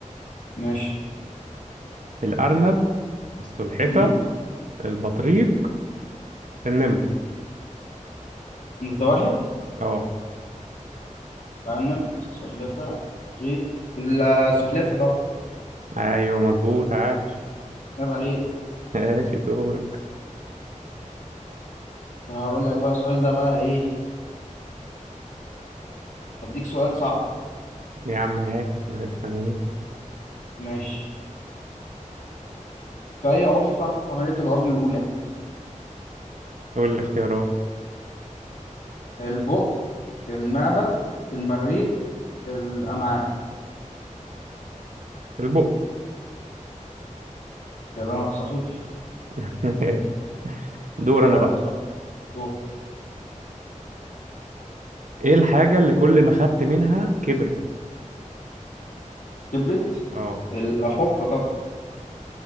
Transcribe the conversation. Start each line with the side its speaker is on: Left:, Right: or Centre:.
Left: ماشي
Right: الأرنب السلحفة
Left: مم.
Right: البطريق النمر
Left: الزواحف
Right: اه
Left: أرنب سلحفاة طريق السلحفاة طبعا
Right: أيوه مظبوط عاش
Left: عيب عليك
Right: <laughs> ماشي دور
Left: هقول لك بقى السؤال ده بقى إيه هديك سؤال صعب
Right: يا عم هات مستنيك
Left: ماشي في أي عضو تحدث عملية الهضم الأولى
Right: قول لي اختيارات
Left: البق المعدة المريء الأمعاء
Right: البق
Left: كلامك صحيح
Right: <laughs> دور
Left: كده
Right: انا بقى
Left: صح دور
Right: ايه الحاجة اللي كل ما خدت منها كبرت
Left: كبرت
Right: اه
Left: الحفرة طبعا